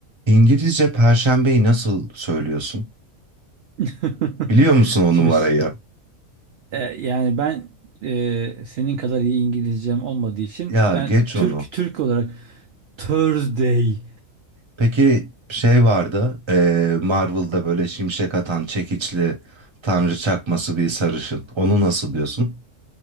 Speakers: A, on the right (about 25°); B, on the right (about 65°).
A: İngilizce Perşembeyi nasıl söylüyorsun?
B: <laughs>
A: Biliyor musun o
B: Şimdi
A: numarayı?
B: s- e, yani ben e, senin kadar iyi İngilizcem olmadığı için
A: Ya
B: ben
A: geç
B: Türk
A: onu.
B: Türk olarak Thursday
A: Peki şey vardı, eee, Marvel'da böyle şimşek atan çekiçli tanrı çakması bir sarışın. Onu nasıl diyorsun?